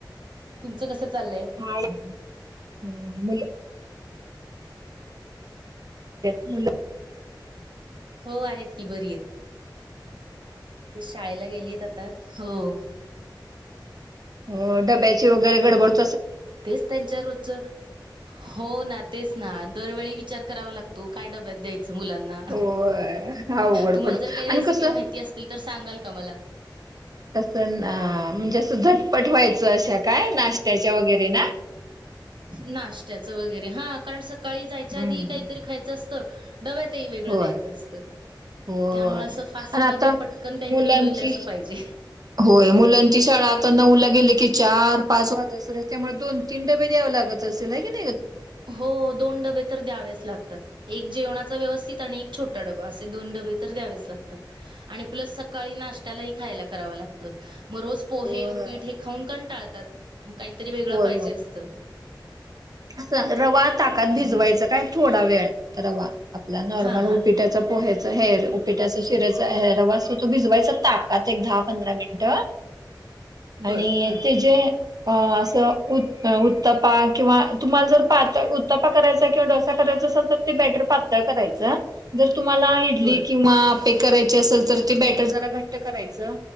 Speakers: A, on the right; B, on the right.
A: तुमचं कसं चाललंय
B: हा हम्म मुलं <unintelligible>
A: हो आहेत की बरी आहेत ते शाळेला गेलीत आता हो.
B: हो डब्याची वेगैरे गडबड
A: तेच त्यांच्या रोजचा हो ना तेच ना दरवेळी विचार करावा लागतो काय डब्यात द्याय चं मुलांना
B: होय अवघड
A: तुम्हाला
B: पडत
A: जर काही
B: आणि
A: रेसिपी
B: कसं
A: माहिती असतील तर सांगाल का मला
B: कसं ना म्हणजे असं झटपट व्हायचं अशा काय नाश्त्याच्या वेगैरे ना.
A: नाश्त्याच वगैरे हा कारण सकाळी जायच्या
B: हम्म
A: आधी काहीतरी खायचं असतं डब्यातही वेगळं
B: होय
A: द्यायचं असतं.
B: होय
A: त्यामुळे असं फास्टमध्ये
B: आणि आता
A: पटकन काहीतरी
B: मुलांची
A: होईल असं पाहिजे.
B: होय मुलांची शाळा आता नऊ ला गेली की चार पाच वाजे पर्यंत त्यामुळे दो तीन डबे द्याववे लागत असेल आहे की नी
A: हो दोन डबे तर द्यावेच लागतात एक जेवणा व्यव स्थीत आणि एक छोटा डबा असे दोन डबे तर द्यावेच लागतात आणि प्लस सकाळी नाश्त्याला ही खायला करा व मग रोज पोहे,
B: होय
A: उपीट हे खाऊन कंटाळतात. मग काहीतरी वेगळं
B: होय
A: पाहिजे असतं.
B: चा रवा ताकात
A: त्यामुळे
B: भिजवायचं काय थोडा वेळ रवा आपला नॉर्मल
A: हा
B: उपीट्याचा
A: हा
B: पोहा चा हेर उपिटाच शिऱ्याचा हे रवा असतो भिजवायचा चा ताकात एक दहा पंधरा मिनिट
A: बर
B: आणि
A: हा
B: ते जे अ अस तं उ त उत्तपा किंवा तुम्हाला जर पातळ उत्तपा करायचा किंवा डोसा करायचा असेल तर ते बेटर पातळ करायचा जर तुम्हाला इडली
A: बर
B: किंवा
A: हा
B: अप्पे करायचे असेल तर ते बॅटर जरा घट्ट करायचा